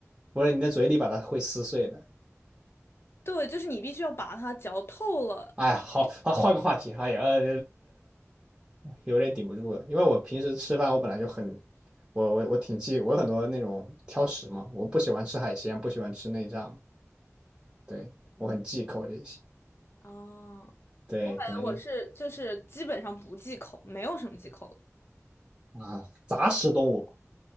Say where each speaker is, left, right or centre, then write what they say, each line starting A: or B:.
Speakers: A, on the right; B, on the left.
A: 不是你的嘴里把它会撕碎的。
B: 对，就是你必须要把它嚼透了。
A: 哎呀，好，好，换个话题。哎呀，呃，有点顶不住了，因为我平时吃饭我本来就很，我我我挺忌，我有很多那种挑食嘛，我不喜欢吃海鲜，不喜欢吃内脏，对，
B: 嗯，
A: 我很忌口这些。
B: 啊，
A: 对，
B: 我感觉我是就是基本上不忌口，
A: 可能就
B: 没有什么忌口的。
A: 啊，杂食动物，